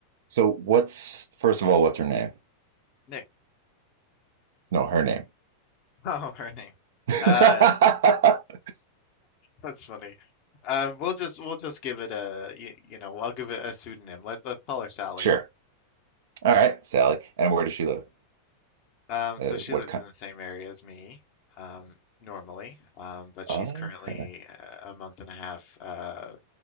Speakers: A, on the right; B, on the left.
A: So what's first of all, what's her name?
B: Nick.
A: No, her name.
B: <laughs> Oh, her name.
A: <laughs>
B: Uh, that's funny. Um, we'll just we'll just give it a you, you know I'll give it a pseudonym. Let let's call her Sally.
A: Sure. All right, Sally. And where does she live?
B: Um,
A: Uh,
B: so she
A: what
B: lives
A: kind?
B: in the same area as me, um, normally, um, but she's
A: Oh,
B: currently
A: okay.
B: uh, a month and a half uh